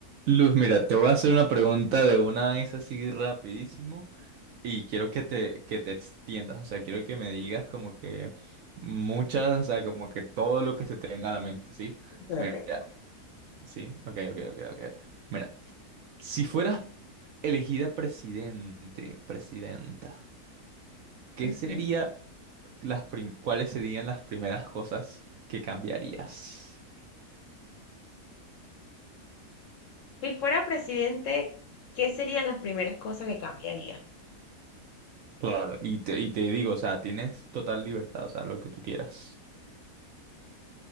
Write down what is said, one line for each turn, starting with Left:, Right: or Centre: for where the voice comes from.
Right: Luz, mira, te voy a hacer una pregunta de una vez así rapidísimo y quiero que te, que te extiendas, o sea, quiero que me digas como que muchas, o sea, como que todo lo que se te venga a la mente, ¿sí?
Left: Ok, ok.
Right: Mira, sí, ok, ok, ok, ok. Mira, si fueras elegida presidente, presidenta, ¿qué
Left: Ujú.
Right: sería las prim- cuáles serían las primeras cosas que cambiarías?
Left: Si fuera presidente, ¿qué serían las primeras cosas que cambiaría?
Right: Claro, y te, y te digo, o sea, tienes total libertad, o sea, lo que tú quieras.